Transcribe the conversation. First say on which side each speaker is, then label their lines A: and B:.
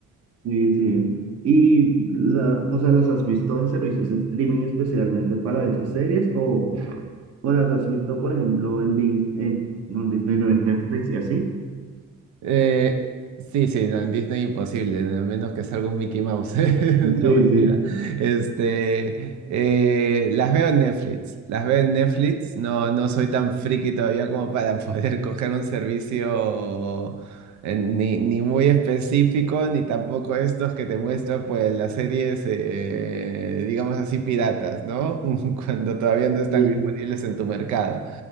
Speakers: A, on the right; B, on the right.
A: Sí, sí. Y, la, o sea, ¿las has visto en servicios de streaming especialmente para esas series? ¿O, o las has visto, por ejemplo, en, Dis- en, no, en Disney, no, en Netflix y así?
B: Eh, sí, sí, no, en Disney imposible, a menos que salga un Mickey Mouse. <laughs>
A: Sí,
B: No, mentira.
A: sí,
B: Este, eh, las veo en Netflix, las veo en Netflix. No, no soy tan friki todavía como para poder <laughs> coger un servicio eh, ni, ni muy específico, ni tampoco estos que te muestran pues las series, eh, digamos así, piratas, ¿no? <laughs> Cuando todavía no están
A: sí.
B: disponibles en tu mercado.